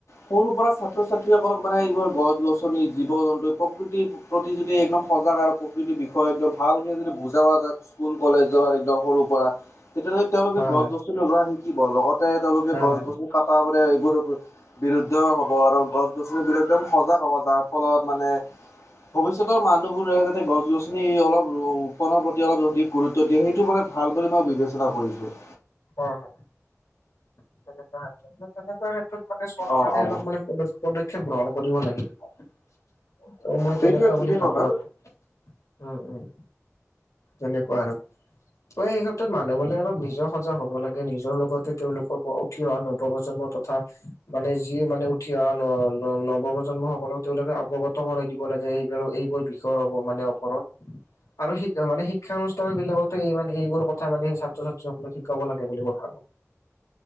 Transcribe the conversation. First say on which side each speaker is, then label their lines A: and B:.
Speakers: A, on the left; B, on the left.
A: সৰুৰ পৰা ছাত্ৰ ছাত্ৰীসকলক মানে এইবোৰ গছ গছনি জীৱ জন্তু প্ৰকৃতি প্ৰতি যদি একদম সজাগ আৰু প্ৰকৃতিৰ বিষয়ে একদম ভালকে যদি বুজাবা যায় স্কুল কলেজ ৰ ডসৰুৰ পৰা তেতিয়াহ তেওঁলোকে
B: হয় হয়
A: গছ গছনি ৰোৱা শিকিব লগতে তেওঁলোকে
B: হয়
A: গছ
B: হয়
A: গছ কটা পৰে এইবোৰ। বিৰুদ্ধ হ'ব আৰু গছ গছনিবোৰ একদম সজাগ হ'ব যাৰ ফলত মানে। ভৱিষ্যতৰ মানুহবোৰে যাতে গছ গছনি অলপ ৰূপণৰ প্ৰতি অলপ যদি গুৰুত্ব দিয়ে সেই টো মানে ভাল বুলি মই বিবেচনা কৰিছোঁ।
B: <unintelligible> <inaudible> তেনেকুৱা ক্ষেত্ৰত তেনেকুৱা ক্ষেত্ৰত মানে চৰকাৰে
A: অ অ
B: অলপ মানে <inaudible> পদক্ষেপ গ্ৰহণ কৰিব লাগে ত মই
A: সেইটোৱে
B: তেনেকুৱা
A: ঠিকেই
B: বুলি ভাবো
A: ক'লা
B: আ উম উম তেনেকুৱা আৰু। অ এই ক্ষেত্ৰত মানুহ বোৰে অলপ নিজৰ সজাগ হ'ব লাগে নিজৰ লগতো তেওঁলো অ উঠি অহা নৱ প্ৰ্জন্ম তথা মানে যি মানে উঠি অ ন ন নৱপ্ৰজন্ম সকলক তেওঁলোকে অৱগত কৰাই দি ব লাগে এইবাৰ এইবোৰ বিষয়ৰ মানে অপৰত। আৰু শিক মানে শিক্ষানুষ্ঠান বিলাকতে এই মানে এইবোৰ কথা মানে ছাত্ৰ-ছাত্ৰীসকলক শিকাব লাগে বুলি মই ভাবো।